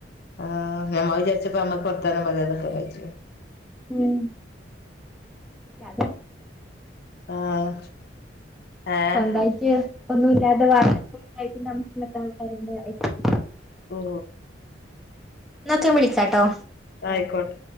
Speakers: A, on the left; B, in the centre.
A: ആഹ് ഞമ്മ വിചാരിച്ച് ഇപ്പോ ഞമ്മക്ക് വർത്താനം പറയാനൊക്കെ വിചാരിച്
B: മ് <inaudible>
A: ആഹ് ഏഹ്
B: സ്വന്തായിട്ട് ഒന്നും ഇല്ലാതെ വാടകക്കൊക്കെ താമസിക്കുന്ന ആൾക്കാരുണ്ട്
A: ഓ
B: ന്നാ ഒക്കെ വിളിക്കാട്ടോ
A: ആയിക്കോട്ടെ